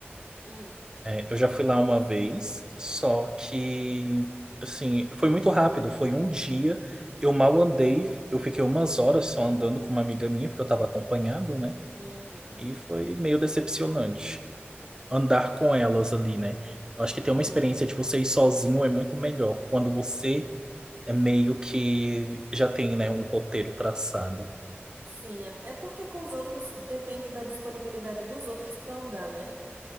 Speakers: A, on the right; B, on the right.
A: Hum,
B: é, eu já fui lá uma vez, só que, assim, foi muito rápido, foi um dia. Eu mal andei, eu fiquei umas horas só andando com uma amiga minha, porque eu estava acompanhado, né?
A: uhum,
B: E foi meio decepcionante andar com elas ali, né? Eu acho
A: uhum.
B: que ter uma experiência de você ir sozinho é muito melhor. Quando você é meio que já tem, né, um roteiro traçado.
A: Sim, é é porque com os outros depende da disponibilidade dos outros pra andar, né?